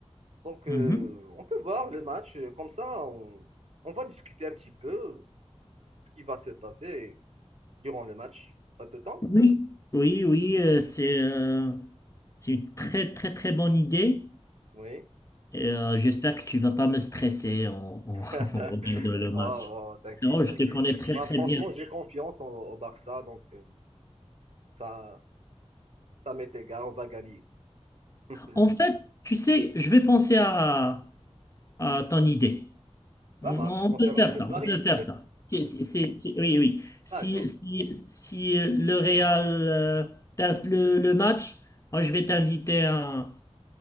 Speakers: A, on the right; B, on the left.
A: Donc, euh,
B: Mhm.
A: on peut voir le match. euh, Comme ça, on, on va discuter un petit peu. qui va se passer durant le match. Ça te tente?
B: Oui, oui, oui, euh, c'est euh, c'est une très, très, très bonne idée.
A: Oui.
B: Et, euh, j'espère que tu vas pas me stresser en, en- <laughs>
A: <laughs>
B: en regardant le match.
A: Oh, oh, t'inquiète,
B: Non, je
A: t'inquiète.
B: te connais très,
A: Moi,
B: très
A: franchement,
B: bien.
A: j'ai confiance au, au Barça, donc euh, ça, ça m'est égal, on va gagner. <laughs>
B: En fait, tu sais, je vais penser à, à ton idée. On
A: Ça marche. Concernant
B: on peut faire
A: le
B: ça,
A: pari,
B: on peut faire ça. C'est, c'est- c'est- oui, oui. Si,
A: d'accord,
B: si, si euh, le Real euh, perd le, le match, moi je vais t'inviter à,